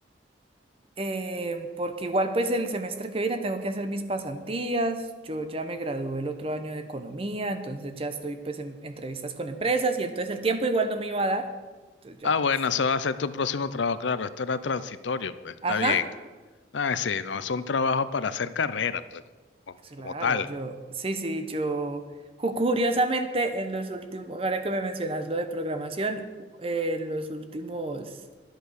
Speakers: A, on the right; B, on the left.
A: eh, porque igual pues el semestre que viene tengo que hacer mis pasantías. Yo ya me gradué el otro año de economía, entonces ya estoy pues en entrevistas con empresas y entonces el tiempo igual no me iba a dar. Entonces ya
B: ah, bueno,
A: pues.
B: eso va a ser tu próximo trabajo, claro, esto era transitorio, pues está
A: Ajá.
B: bien. Ah, sí, no es un trabajo para hacer carrera, pues, como,
A: Claro,
B: como tal.
A: yo, sí, sí, yo, ju- curiosamente en los últimos, ahora que me mencionas lo de programación, eh, en los últimos